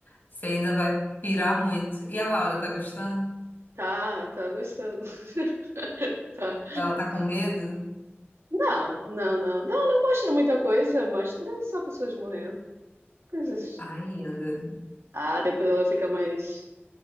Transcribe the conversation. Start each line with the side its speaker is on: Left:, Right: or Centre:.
Left: você ainda vai pirar muito. E a Laura tá gostando?
Right: Tá, tá gostando. <laughs> Tá.
Left: Ela tá com medo?
Right: Não, não, não. Não, não mostra muita coisa. Mostra só pessoas morrendo. Coisas.
Left: Ainda.
Right: Ah, depois ela fica mais